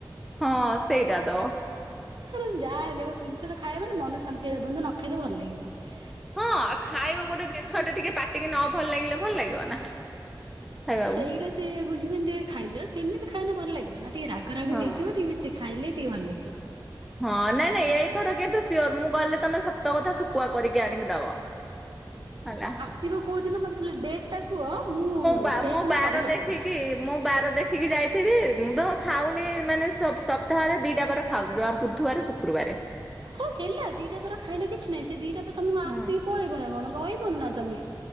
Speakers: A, in the centre; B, on the right.
A: ହଁ ସେଇଟା ତ।
B: ତା ଯାହା ହେଲେ ଗୋଟ ଜିନିଷ ଟେ ଖାଇବ ମାନେ ଶାନ୍ତି ହେଲା ପନ୍ତ ନ ଖାଇଲେ ଭଲ ଲାଗିବନି।
A: ହଁ ଆଉ ଖାଇବ ଗୋଟେ ଜିନିଷ ଟେ ଟିକେ ପାଟିକି ନ ଭଲ ଲାଗିଲେ ଭଲ ଲାଗିବ ନା। ଖାଇବାକୁ
B: ସେଇଟା ସିଏ ବୁଝିିବନ୍ତି ଖାଇଦିଅ ସେମିତି ଖାଇଲେ ଭଲ ଲାଗିବ ନା। ଟିକେ ରାଗ ରାଗ
A: ହଁ।
B: ହେଇଥିବ ଟିକେ ବେଶି ଖାଇଲେ ଟିକେ ଭଲ ଲାଗିବ।
A: ହଁ ନା ନାଇଁ ଏଇଥର କିୁ ସିଓର ମୁଁ ଗଲେ ତମେ ସତ କଥା ଶୁଖୁଆ କରିକି ଆଣିକି ଦବ ହେଲା।
B: ଶିବ କୋଉଦିନ ମୋତେ ଖାଲି ଡେଟ୍ ଟା କୁହ ମୁଁ
A: ବା
B: ସେଇଦିନ
A: ମୋ ବାର
B: କରି ରଖିଥିବି।
A: ଦେଖିକି ମୁଁ ବାର ଦେଖିକି ଯାଇଥିବି ମୁଁ ତ ଖାଉନି ମାନେ ସପ୍ତାହରେ ଦିଟା ବାର ଖାଉଛି ଜମା ବୁଧବାର ଶୁକ୍ରବାର।
B: ହଉ ହେଲା ଦିଟା ବାର ଖାଇଲ କିଛି ନାହିଁ ସେ ଦିଟା ବାର ତମକୁ ଆସିକି
A: ହଁ।
B: ପଳେଇବ ନା କଣ ରହିବନି ନା ତମେ